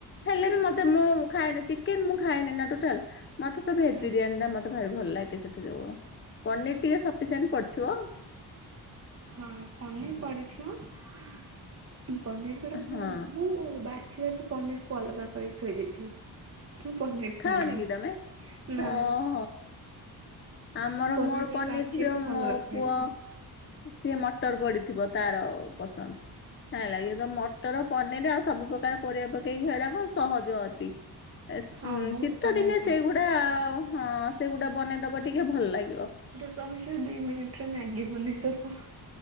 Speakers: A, on the left (about 30°); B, on the right (about 40°).
A: <unintelligible> ମୁଁ ଖାଏନା ଚିକେନ୍ ମୁଁ ଖାଏନି ନା ଟୋଟାଲ ମତେ ତ ଭେଜ
B: ଆଚ୍ଛା
A: ବିରିୟାନୀ ଟା ମତେ ମତେ ଭାରି ଭଲ ଲାଗେ ସେଥି ଯୋଗୁ ପନିର ଟିକେ ସଫିସିଏଣ୍ଟ ପଡିଥିବ।
B: ହଁ ପନିର ପଡ଼ିଥିବ ପନିର ଗୁଡ଼ାକୁ
A: ହଁ
B: ମୁଁ ବା ଛି ବାଛି ପନିରକୁୁ ଅଲଗା କରିିକି ଥୋଇ ଦେଇଥିବି। ମୁଁ ପନିର ଖାଏନି
A: ଖାଅ ନି କିି ତମେ
B: ନା
A: ଅହ। ଆମର
B: ମୁଁ
A: ମୋର
B: ଗୁଡା
A: ପନିର
B: ବାଛି
A: ପ୍ରିୟ
B: ସବୁ
A: ମୋ
B: ଅଲଗା ଥୋଇଥିବ।
A: ପୁଅ ସିଏ ମଟର ପଡିଥିବ ତାର ପସନ୍ଦ ହେଇ ଲାଗି ତ ମଟର ପନିର ଆଉ ସବୁ ପ୍ରକାର ପରିବା ପକେଇକି ହେଟା କଣ ସହଜ ଅତି।
B: ହଁ
A: ଉଁ
B: ବହୁତ
A: ଶୀତ
B: ସହଜ
A: ଦିନେ ସେଗୁଡା ହଁ ସେଗୁଡା ବନେଇଦବ ଟିକେ ଭଲ ଲାଗିବ।
B: ତମେ ଯଉ ଦୁଇ ମିନିଟ୍ ରେ ମ୍ୟାଗି ବନେଇଦବ।